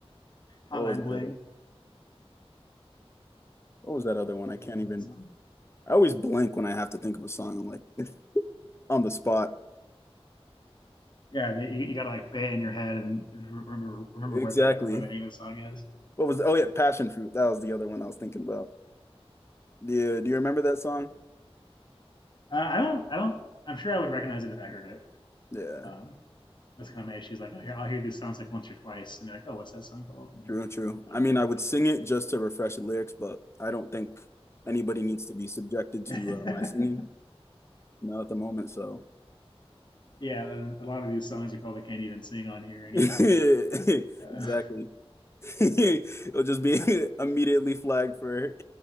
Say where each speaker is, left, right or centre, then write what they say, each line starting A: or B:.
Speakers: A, on the left; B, on the left.
A: what
B: Hotline
A: was that
B: Bling.
A: other What was that other one?
B: Everyone
A: I can't
B: loves
A: even
B: that song.
A: I always blank when I have to think of a song. I'm like <laughs> on the spot.
B: yeah, you, you gotta like play it in your head and remember remember where
A: Exactly.
B: the where the name of the song is.
A: What was, oh yeah, passion fruit. That was the other one I was thinking about. Yeah, do you remember that song?
B: Uh, I don't. I don't. I'm sure I would recognize it if I heard it.
A: Yeah,
B: Um, that's kind of my issue. Is like, oh, here, I'll hear these songs like once or twice, and be like, oh, what's that song called? And,
A: true, true.
B: and don't
A: I mean,
B: look
A: I would
B: it up.
A: sing it just to refresh the lyrics, but I don't think anybody needs to be subjected
B: Uh, <laughs>
A: to uh, my singing now at the moment, so
B: yeah, then a lot of these songs you probably can't even sing on
A: <laughs>
B: here anyway.
A: exactly.
B: Uh,
A: <laughs> It'll just be <laughs> immediately flagged for